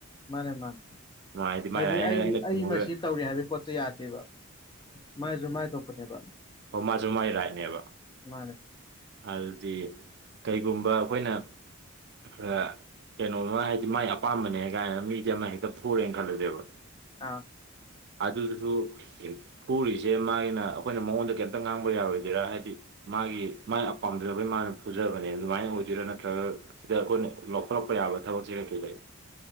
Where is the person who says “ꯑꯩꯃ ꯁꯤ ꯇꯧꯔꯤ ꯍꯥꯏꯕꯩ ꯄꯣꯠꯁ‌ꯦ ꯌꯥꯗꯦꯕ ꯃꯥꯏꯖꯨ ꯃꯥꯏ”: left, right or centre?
Left